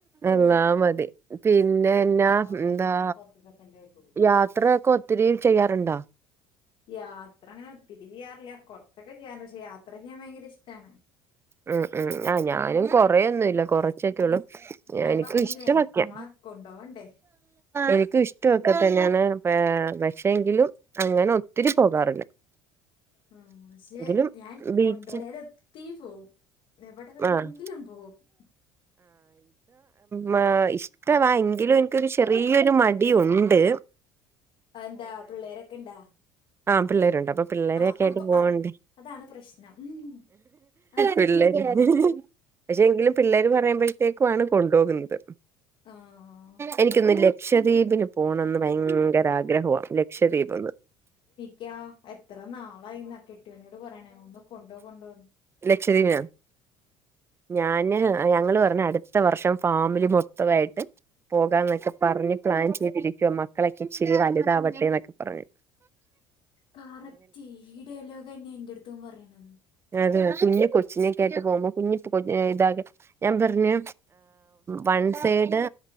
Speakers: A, on the right (about 20°); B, on the left (about 50°).
A: എല്ലാ മതി പിന്നെന്നാ
B: ആറ്
A: എന്താ
B: മിനിറ്റും പത്ത് സെക്കൻഡേ ആയിട്ടുള്ളൂ
A: യാത്രയക്കെ ഒത്തിരി ചെയ്യാറുണ്ടോ
B: യാത്ര അങ്ങനെ ഒത്തിരി ചെയ്യാറില്ല കുറച്ചൊക്കെ ചെയ്യാറുണ്ട് പക്ഷെ യാത്ര ചെയ്യാൻ ഭയങ്കര ഇഷ്ടമാണ്
A: ഉം ഉം ആഹ് ഞാനും കൊറേൊന്നുമല്ല കൊറച്ചൊക്കെള്ളൂ
B: ഞാൻ
A: എനിക്ക
B: പറഞ്ഞില്ലേ
A: ഇഷ്ടമാക്ക
B: നമ്മളെ കൊണ്ടോവണ്ടേ
A: എനിക്കും ഇഷ്ടമാക്കാ തന്നെയാണ് പക്ഷേങ്കിലും അങ്ങനെ ഒത്തിരി പോകാറില്ല
B: ആ പക്ഷെ
A: എങ്കിലും
B: ഞാൻ
A: ബീച്ച്
B: കൊണ്ടോയാൽ ഒത്തി പോവും. എവിടെ വേണെങ്കിലും
A: ആഹ്
B: പോകും.
A: മ ഇഷ്ടവാ എങ്കിലും എനിക്കൊരു ചെറിയൊരു മടി ഉണ്ട്.
B: എന്താ, പിള്ളേരൊക്കെ ഇണ്ടാ?
A: ആഹ് പിള്ളേരുണ്ട്, അപ്പൊ പിള്ളേരൊക്കെ
B: ആഹ്
A: ആയിട്ട്
B: അപ്പൊ
A: പോവണ്ടേ
B: അത് അതാണ് പ്രശ്നം ഉം ആഹ്
A: പി <unintelligible> പക്ഷെ എങ്കിലും പിള്ളേര് പറയുമ്പോഴത്തേക്കും ആണ് കൊണ്ടുപോകുന്നത്.
B: ആഹ്
A: എനിക്കൊന്നുംല്ല ലക്ഷദ്വീപിന് പോണന്ന് ഭയങ്കര ആഗ്രഹമാണ് ലക്ഷദ്വീപിൻ.
B: ക്യാ എത്ര നാളായിന്നാ കെട്ടിവനോട് പറയണേ ഒന്ന് കൊണ്ടോ കൊണ്ടോന്നു.
A: ലക്ഷദീപിനോ. ഞാൻ ഞങ്ങൾ പറഞ്ഞു അടുത്ത വർഷം ഫാമിലി മൊത്തമായിട്ട് പോകാന്നൊക്കെ പറഞ് പ്ലാൻ ചെയ്തിരിക്കുവ മക്കളൊക്കെ ഇച്ചരി വലുതാവട്ടെ എന്നൊക്കെ പറഞ്ഞു.
B: കറക്റ്റ് ഈ ഡയലോഗ് തന്നെയ എന്റെ അടുത്തും പറയണത്.
A: അ കുഞ്ഞി കൊച്ചിനെക്കട്ട് പോകുമ്പോ കുഞ്ഞി <unintelligible> ആ ഞാൻ പറഞ് വൻസിടെ